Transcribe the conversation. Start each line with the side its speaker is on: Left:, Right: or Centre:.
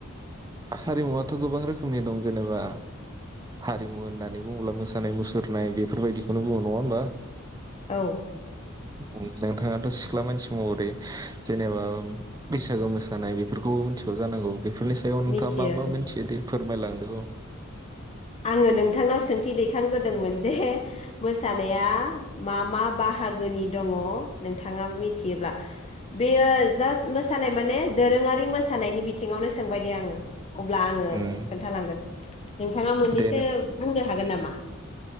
Right: हारिमुआथ' गोबां रोखोमनि दं जेनेबा हारिमु होननानै बुङोब्ला मोसानाय मुसुरनाय बेफोरबायदिखौनो बुङो नङा होमबा
Left: औ
Right: उम नोंथाङाथ' सिख्ला मानसि महरै जेनेबा बैसागो मोसानाय बेफोरखौबो मिथिगौ जानांगौ बेफोरलायस
Left: मिथियो
Right: मा मा मोनथियो दे फोरमायलांदों ल'
Left: आङो नोंथांनाव सोंथि दैखांग्रोदोंमोन जे मोसानाया मा मा बाहागोनि दङ नोंथाङा मिथियोब्ला बेयो जास्ट मोसानाय माने दोरोङारि मोसानायनि बि थिङावनो सोंबाय दे आङो अब्ला आङो
Right: उम
Left: खोन्थालांगोन थें - नोंथाङा मोननैसो
Right: दे नों
Left: बुंनो हागोन नामा?